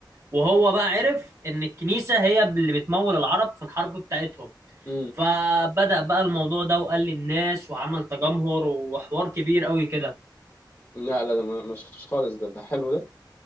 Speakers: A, on the right (about 40°); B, on the left (about 30°).
A: وهو بقى عرف ان الكنيسه هي اللي بتمول العرب في الحرب بتاعتهم
B: امم
A: فبدأ بقى الموضوع ده وقال للناس وعمل تجمهر وحوار كبير قوي كده
B: لا لا ده ما ما شفتوش خالص ده ده حلو ده